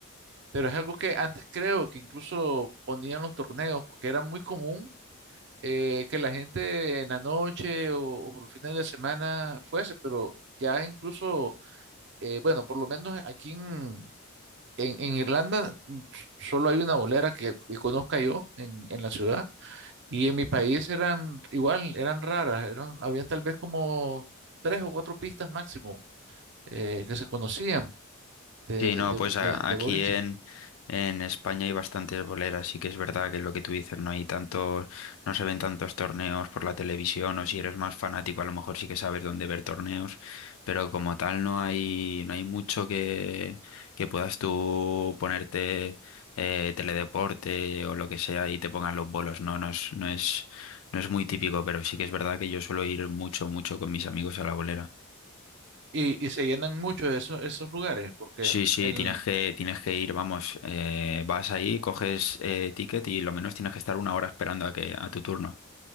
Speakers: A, on the right; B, on the left.
A: pero es algo que antes creo que incluso ponían los torneos, porque era muy común eh, que la gente en la noche o, o los fines de semana fuese, pero ya incluso, eh, bueno, por lo menos aquí en, en, en Irlanda mm, solo hay una bolera que, que conozca yo en, en la ciudad y en mi país eran igual, eran raras, eran, habían tal vez como tres o cuatro pistas máximo eh, que se conocían de,
B: Sí, no,
A: de,
B: pues a-
A: de, de
B: aquí
A: boliche.
B: en, en España hay bastantes boleras, sí que es verdad que lo que tú dices, no hay tantos, no se ven tantos torneos por la televisión, o si eres más fanático, a lo mejor sí que sabes dónde ver torneos, pero como tal no hay, no hay mucho que, que puedas tú ponerte eh, teledeporte o lo que sea y te pongan los bolos, no, no es, no es, no es muy típico, pero sí que es verdad que yo suelo ir mucho, mucho con mis amigos a la bolera.
A: Y, y se llenan mucho esos, esos lugares, porque
B: Sí, sí,
A: en,
B: tienes que, tienes que ir, vamos, eh, vas ahí, coges eh, ticket y lo menos tienes que estar una hora esperando a que a tu turno.